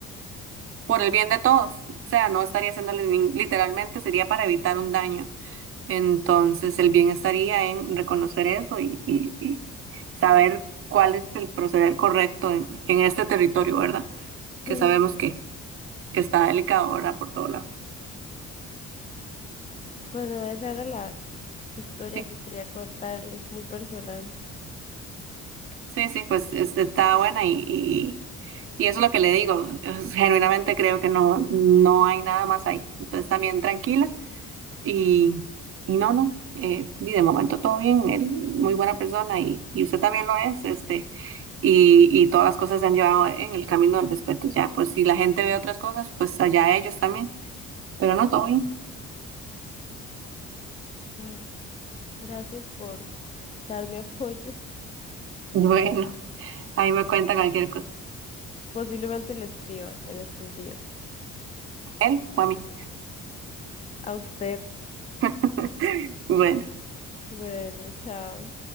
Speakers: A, on the right; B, on the left.
A: Por
B: Sí.
A: el bien de todos. O sea, no estaría haciéndole nin- literalmente, sería para evitar un daño. Entonces, el bien estaría en reconocer eso y, y- y saber cuál es el proceder correcto en, en este territorio, ¿verdad? Que
B: Sí.
A: sabemos que, que está delicado, ¿verdad? Por todo lado.
B: Bueno, esa era la, historia
A: Sí,
B: que quería contarle, muy personal.
A: sí, sí, pues este, está buena y, y, y eso es lo que le digo. Es- Genuinamente creo que no, no hay nada más ahí. Entonces, también tranquila y, y no, no. eh, y de momento todo bien, él muy buena persona y, y usted también lo es, este. y, y todas las cosas se han llevado en el camino del respeto. Ya, pues si la gente ve otras cosas, pues allá ellos también. Pero no, todo bien. <laughs>
B: Bueno, gracias por darme <laughs> apoyo.
A: Bueno, ahí me cuenta cualquier cosa.
B: Posiblemente le escriba en estos días.
A: Él o a mí.
B: A usted.
A: <laughs> Bueno.
B: Bueno, chao.